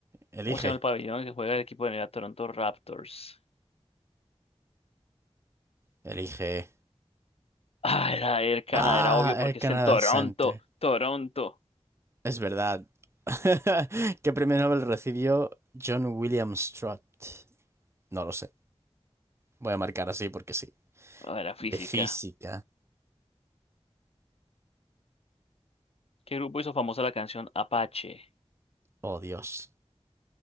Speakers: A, on the right; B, on the left.
A: elige.
B: ¿Cómo se llama el pabellón que juega el equipo de la Toronto Raptors?
A: Elige.
B: Ah, era Air Canada,
A: Ah,
B: era obvio porque
A: Air Canada
B: está en Toronto.
A: Center.
B: Toronto.
A: Es verdad. <laughs> ¿Qué premio Nobel recibió John William Strutt? No lo sé. Voy a marcar así porque sí.
B: Ah, era física.
A: De física.
B: ¿Qué grupo hizo famosa la canción Apache?
A: Oh, Dios.